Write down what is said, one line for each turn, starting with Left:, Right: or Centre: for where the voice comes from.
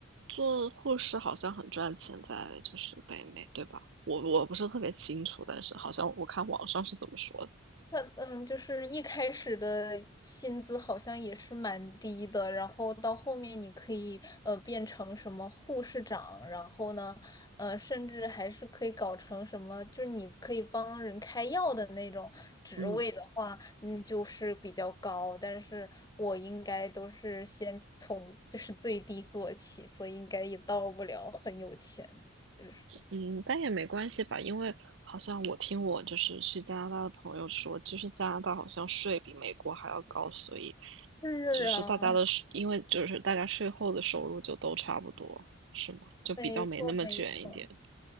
Right: 做护士好像很赚钱，在就是北美，对吧？我我不是特别清楚，但是好像我看网上是怎么说的。
Left: 他嗯，就是一开始的薪资好像也是蛮低的，然后到后面你可以呃变成什么护士长，然后呢，呃，甚至还是可以搞成什么，就是你可以帮人开药的那种职位的话，
Right: 嗯。
Left: 嗯，就是比较高。但是我应该都是先从就是最低做起，所以应该也到不了很有钱。就是
Right: 嗯，但也没关系吧，因为好像我听我就是去加拿大的朋友说，就是加拿大好像税比美国还要高，所以
Left: 是啊，
Right: 就是大家的税，因为就是大家税后的收入就都差不多，是吗？就比较没那么卷一点。
Left: 没错没错。